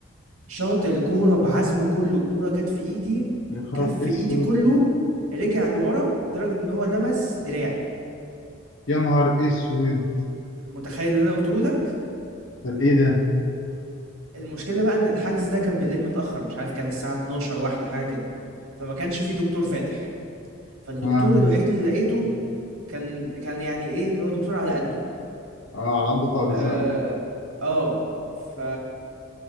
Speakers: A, on the right; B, on the left.
A: شاط الكورة بعزمه كله الكورة جت في ايدي
B: يخرب
A: كف
B: اسود
A: ايدي كله رجع لورا لدرجة ان هو لمس دراعي
B: يا نهار اسود
A: متخيل اللي انا قلته لك
B: طب ايه ده
A: المشكلة بقى ان الحجز ده كان بالليل متأخر مش عارف كان الساعة 12 واحدة حاجة كده فما كانش فيه دكتور فاتح فالدكتور
B: اه
A: الوحيد اللي لقيته كان كان يعني ايه اللي هو دكتور على قده
B: اه على قده خالص
A: اه
B: اه
A: اه ف